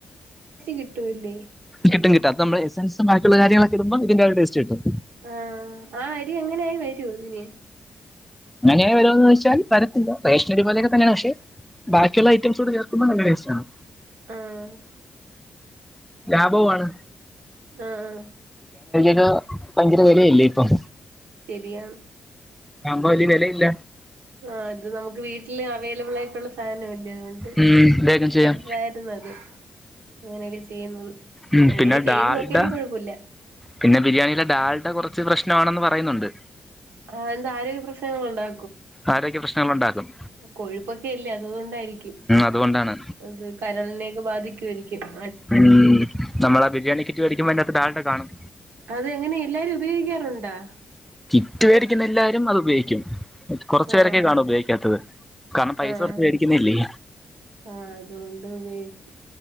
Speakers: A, on the right (about 90°); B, in the centre.
A: കിട്ടുവല്ലേ
B: കിട്ടും കിട്ടും അത് നമ്മള് എസൻസുണ്ടാക്കി ള്ള കാര്യങ്ങളോക്കെ ഇടുമ്പോ ഇതിന്റെ ആ ഒരു ടസ്റ്റ് കിട്ടും.
A: ആഹ് ആ അരി അങ്ങനായി വരോ ഇതിന്
B: അങ്ങനെ വരോന്ന് ചോയ്ച്ചാൽ വരത്തില്ല, റേഷനരിപോലെയൊക്കെ തന്നെയാണ് പക്ഷേ ബാക്കിയുള്ള ഐറ്റംസോടെ ചേർക്കുമ്പോ നല്ല ടേസ്റ്റാണ്.
A: ആഹ്
B: ലാഭവും ആണ്.
A: ആഹ് ആഹ്
B: <unintelligible> ഭയങ്കര വെലയല്ലേ ഇപ്പം.
A: ശരിയാണ്
B: ആവുമ്പോ വെല്ല്യ വെലയില്ല.
A: ആ അത് നമുക്ക് വീട്ടില് അവൈലബിൾ ആയിട്ട് <unintelligible> അതൊണ്ട്
B: ഉം വേഗം ചെയ്യാം
A: ബെറ്ററായിരുന്നു അത്, അങ്ങനെയൊക്കെ ചെയ്യുന്നത്.
B: ഉം
A: അങ്ങനെ
B: പിന്നെ
A: ഒക്കെ ചെയ്ത്
B: ഡാൽഡ
A: നോക്കിയാണെങ്കിൽ കൊഴപ്പൊല്ല
B: പിന്നെ ബിരിയാണീലെ ഡാൾഡ കൊറച്ച് പ്രശ്നമാണെന്ന് പറയുന്നുണ്ട്
A: ആഹ് എന്താ ആരോഗ്യ പ്രശ്നങ്ങളുണ്ടാ
B: ആരോഗ്യ പ്രശ്നങ്ങളുണ്ടാക്കും
A: കൊഴുപ്പൊക്കെ അല്ലേ, അത് കൊണ്ടായിരിക്കും,
B: അതുകൊണ്ടാണ്
A: ആഹ് കരളിനെയൊക്കെ ബാധിക്കുവായിരിക്കും അത്
B: ഉം നമ്മളാ ബിരിയാണി കിറ്റ് വേടിക്കുമ്പോ അയ്നകത്ത് ഡാൾഡ കാണും
A: അതെങ്ങനെ എല്ലാരും ഉപയോഗിക്കാറുണ്ടാ?
B: കിറ്റ് വേടിക്കുന്ന എല്ലാരും അത് ഉപയോഗിക്കും- കൊറച്ചു പേരൊക്കെ
A: ആഹ്
B: കാണു ഉപയോഗിക്കാത്തത്. കാരണം പൈസ
A: ആഹ്
B: കൊട്ത്ത് വേടിക്കുന്നില്ലേ-
A: ആഹ് അതോണ്ട് ഉപയോഗിക്ക്